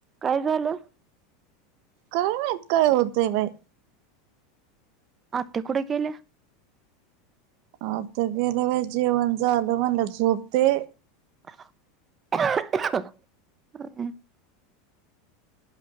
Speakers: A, on the right; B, on the right.
A: काय झालं.
B: काय मात काय होतय बाई.
A: आता कुड काले
B: आता गेल्या व जेवण झालं म्हणलं झोपते.
A: अ.